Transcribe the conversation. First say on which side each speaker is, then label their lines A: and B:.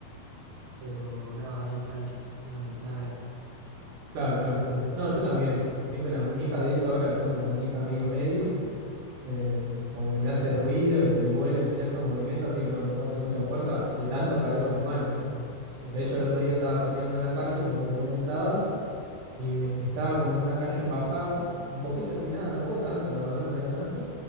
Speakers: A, on the right (about 85°); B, on the right (about 60°).
A: pero nada, ahí tranqui, nada, nada grave.
B: Claro, claro, sí. No, yo también, siempre las muñecas,
A: Mm,
B: de hecho ahora tengo la muñeca medio medio, eh, como que me hace ruido y me duele en ciertos
A: Sí,
B: movimientos, así que no, no puedo hacer mucha fuerza de tanto caer con la mano, ¿viste?
A: sí.
B: De hecho el otro día estaba pateando en la calle, como te comentaba, y me- estaba como en una calle en bajada, un poquito empinada, tampoco tanto, la verdad, no era tanto,